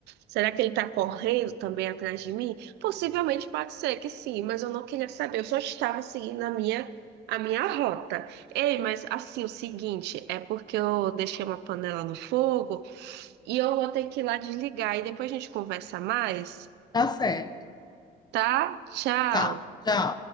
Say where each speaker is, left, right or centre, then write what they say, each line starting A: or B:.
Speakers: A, on the right; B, on the left.
A: Será que ele tá correndo também atrás de mim? Possivelmente pode ser que sim, mas eu não queria saber, eu só estava seguindo a minha a minha rota. Ei, mas assim, o seguinte, é porque eu deixei uma panela no fogo, e eu vou ter que ir lá desligar e depois a gente conversa mais,
B: tá certo.
A: tá? Tchau.
B: Tá, tchau.